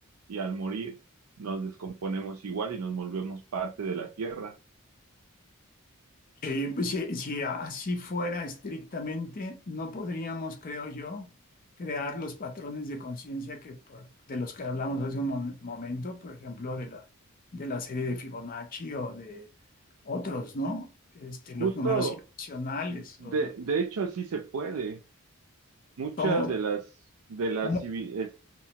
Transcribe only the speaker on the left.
Eh, pues, si, si así fuera estrictamente, no podríamos, creo yo, crear los patrones de conciencia que por- de los que hablamos hace un mom- momento, por ejemplo, de la, de la serie de Fibonacci o de otros, ¿no? Este,
los números irracionales.
o-
¿cómo,
cómo,